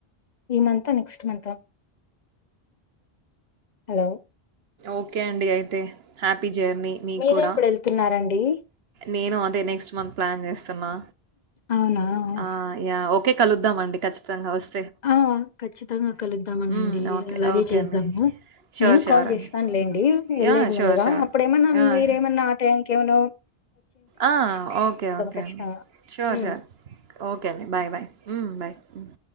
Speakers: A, on the left; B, on the right.
A: ఈ మంతా నెక్స్ మంతా హలో
B: ఓకే అండి అయితే హ్యాపీ జర్నీ మీకు
A: మీరే
B: కూడా
A: ఎప్పుడు వెళ్తున్నారన్ డి
B: నేను అదే నెక్స్ట్ మంత్ ప్లాన్ చేస్తున్నా
A: అవునా!
B: ఆ ఇగ ఓ కే కలుద్దామండి కచ్చితంగా వస్
A: ఆ ఖచ్చితంగా కలుద్దామనండి
B: హ్మ్. ఓకే.
A: అలాగే
B: ఓకే
A: చేద్దాము
B: అండి. ష్యూర్.
A: నేను
B: ష్యూర్
A: కాల్ చేస్తానులేండి
B: అండి.
A: వెళ్లేది
B: యాహ్!
A: ముందుగా
B: ష్యూర్. ష్యూర్.
A: అప్పుడేమన్నా
B: యాహ్!
A: మీరేమన్నా ఆ టైం కే మనో
B: ఆ ఓకే ఓకే
A: ఖచ్చితంగా.
B: అండి షుర్
A: హ్మ్.
B: షుర్ ఓకే అండి బాయ్ బయ్ హ్మ్ బాయ్ మ్